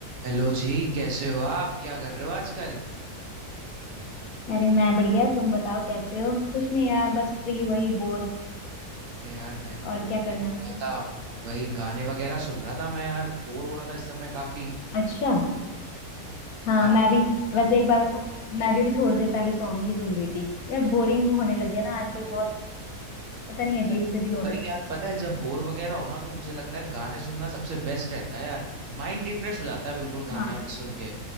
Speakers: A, on the right; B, on the left.
A: Hello जी कैसे हो आप क्या कर रहे हो आजकल
B: अरे मैं बढ़िया तुम बताओ कैसे हो कुछ नहीं यार बस फ्री वही बोर
A: अरे यार मैं भी
B: और
A: बोर
B: क्या
A: हो
B: करना
A: ही हो
B: मैंने
A: रहा था वही गाने वगैरह सुन रहा था मैं यार बोर हो रहा था इस समय काफी
B: अच्छा हाँ
A: हाँ
B: मैं
A: यार
B: भी वैसे एक बार बताऊं मैं भी अभी थोड़ी देर पहले सॉन्ग ही सुन रही थी यार बोरिंग होने लग गया ना आजकल बहुत पता नहीं अजीब
A: यार
B: से दिन हो रहे
A: वही
B: हैं
A: यार पता है जब बोर वगैरह हो ना तो मुझे लगता है गाने सुनना सबसे बेस्ट रहता है यार माइंड रिफ्रेश हो जाता है बिल्कुल गाने
B: हाँ
A: आने सुन के